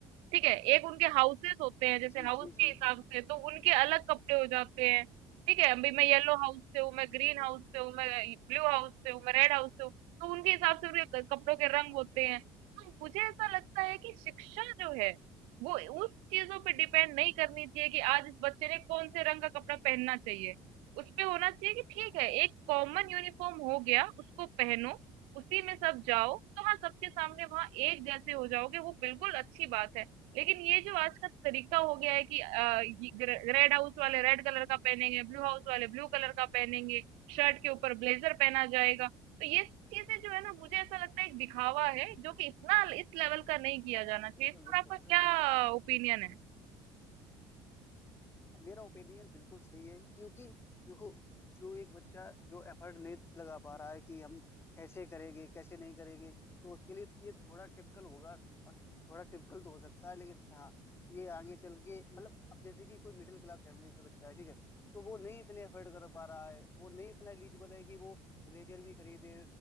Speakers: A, on the right; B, on the left.
A: ठीक है एक उनके हाउसेस होते हैं
B: जी
A: जैसे
B: जी
A: हाउस
B: जी
A: के
B: जी
A: हिसाब
B: जी
A: से तो उनके
B: बिल्कुल
A: अलग कपड़े हो जाते
B: बिल्कुल
A: हैं
B: बिल्कुल
A: ठीक है अभी मैं येलो हाउस से हूँ मैं ग्रीन
B: बिल्कुल
A: हाउस
B: बिल्कुल
A: से हूँ
B: बिल्कुल
A: मैं ब्लू हाउस से हूँ मैं रेड हाउस से हूँ तो उनके हिसाब से उनके क- कपड़ों के रंग
B: हाँ
A: होते
B: बिल्कुल
A: हैं तो मुझे ऐसा लगता है कि शिक्षा जो है वो उस चीजों पे डिपेंड नहीं करनी चाहिए कि आज इस बच्चे ने कौन से रंग का कपड़ा पहनना चाहिए उस पे होना चाहिए कि ठीक है एक
B: जी
A: कॉमन
B: जी जी
A: यूनिफॉर्म हो गया उसको पहनो उसी में सब जाओ तो हाँ सबके सामने
B: जी
A: वहां एक जैसे हो जाओगे वो बिल्कुल अच्छी बात है लेकिन ये जो आज का तरीका हो गया है कि अ, ये ग्रे- रेड हाउस वाले रेड कलर का पहनेंगे ब्लू हाउस वाले ब्लू कलर का पहनेंगे शर्ट के ऊपर ब्लेजर पहना जाएगा तो ये चीजें जो है ना मुझे ऐसा लगता है एक
B: हम्म,
A: दिखावा है जो कि इतना इस लेवल का नहीं किया जाना चाहिए
B: बिल्कुल
A: इस पर
B: बिल्कुल
A: आपका क्या
B: बिल्कुल
A: ओपिनियन है
B: अब मेरा ओपिनियन बिल्कुल सही है क्योंकि देखो जो एक बच्चा जो एफर्ट नहीं लगा पा रहा है कि हम कैसे करेंगे कैसे नहीं करेंगे तो उसके लिए ये थोड़ा टिपिकल होगा और थोड़ा टिपिकल तो हो सकता है लेकिन हाँ ये आगे चल के मतलब अब जैसे कि कोई मिडिल क्लास फैमिली से बच्चा है ठीक है तो वो नहीं इतने एफर्ट कर पा रहा है वो नहीं इतना एलिजिबल है कि वो ब्लेजर भी खरीदे